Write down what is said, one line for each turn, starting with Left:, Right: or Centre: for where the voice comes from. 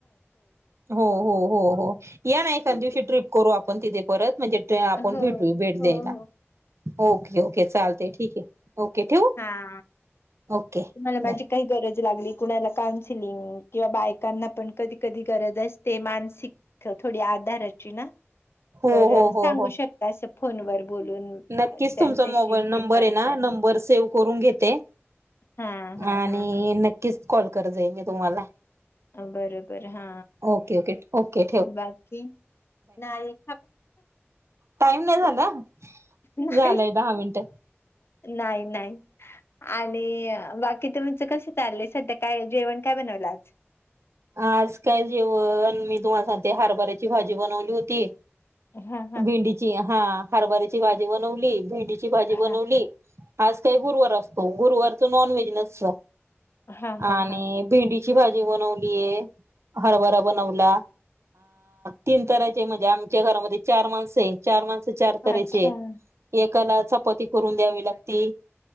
Right: हो हो हो हो या ना एखांदिवशी
Left: तिथे
Right: ट्रिप करू आपण तिथे परत म्हणजे, कोण
Left: हो,
Right: भेटू भेट
Left: हो,
Right: द्यायला.
Left: हो,
Right: ओके ओके चालतय ठीके ओके ठेवू
Left: हा
Right: ओके
Left: तुम्हाला माझी
Right: बाय
Left: काही गरज तर लागली कुणाला कान्सिलिंग किंवा बायकांना पण कधी कधी गरज असते मानसिक थोडी आधाराची ना
Right: हो
Left: तर
Right: हो हो
Left: सांगू
Right: हो
Left: शकता असं फोनवर बोलून
Right: नक्कीच
Left: त्यांच्याशी
Right: तुमचा मोबाईल नंबरय
Left: हे करता
Right: ना
Left: येईल
Right: नंबर सेव्ह करून घेते
Left: हा हा
Right: आणि
Left: हा हा
Right: नक्कीच कॉल करत जाईल मी तुम्हाला
Left: बर बर हा
Right: ओके ओके ओके
Left: बाकी नाइ
Right: टाईम नाही झाला
Left: नाही
Right: झालाय दहा मिनट
Left: नाही नाही आणि बाकी तुमचं कस चाललंय सध्या काय जेवण काय बनवलं आज
Right: आज काय जेव मी तुम्हा हरभऱची भाजी बनवली होती
Left: हा हा
Right: भिंडीचीया हा हरबारीची भाजी बनवली भेंडी भाजी
Left: हा
Right: बनवली, आज काही गुरुवार असतो गुरुवार तर नॉन व्हेज नसत.
Left: हा हा
Right: आणि
Left: हा
Right: भिडी ची भाजी बनव हरभरा बनला तीनचे म्हणजे आमच्या घरामध्ये चार माणस चार माण चार तऱचे
Left: अच्छा
Right: एकाला चपाती करून द्यावी लागती,